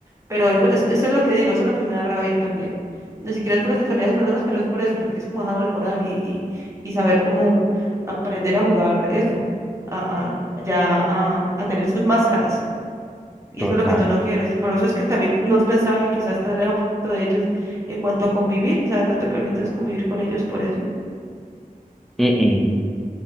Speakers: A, on the right; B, in the centre.
A: pero eso, eso, eso es lo que digo, eso es lo que me da rabia también. Ni siquiera es por la sexualidad de las personas, pero es por eso, porque es como esa doble moral y, y, y saber cómo aprender a jugar eso, a, a- ya a, a tener sus máscaras. Y
B: total.
A: eso es lo que tú no quieres. Por eso es que también nos pensaba que quizás estás lejos un poquito de ellos en cuanto a convivir, o sea, no te permites convivir con ellos por eso,
B: Mm, mm.